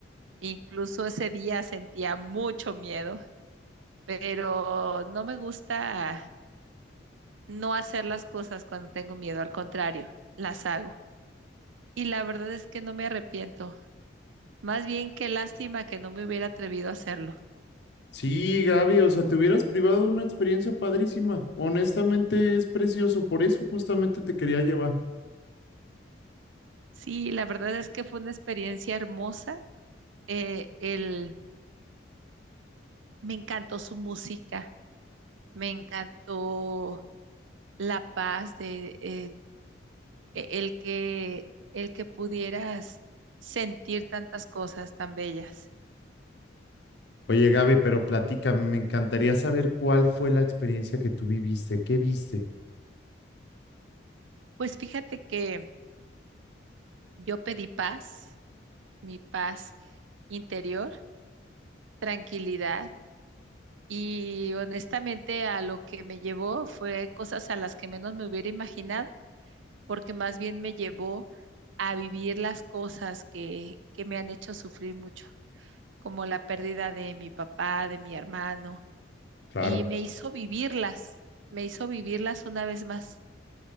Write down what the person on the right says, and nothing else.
incluso ese día sentía mucho miedo, pero no me gusta no hacer las cosas cuando tengo miedo, al contrario, las hago. Y la verdad es que no me arrepiento. Más bien qué lástima que no me hubiera atrevido a hacerlo.
Sí, la verdad es que fue una experiencia hermosa. Eh, el, me encantó su música, me encantó la paz de eh, e-, el que el que pudieras sentir tantas cosas tan bellas.
Pues fíjate que yo pedí paz, mi paz interior, tranquilidad y honestamente a lo que me llevó fue cosas a las que menos me hubiera imaginado, porque más bien me llevó a vivir las cosas que, que me han hecho sufrir mucho, como la pérdida de mi papá, de mi hermano,
y me hizo vivirlas, me hizo vivirlas una vez más,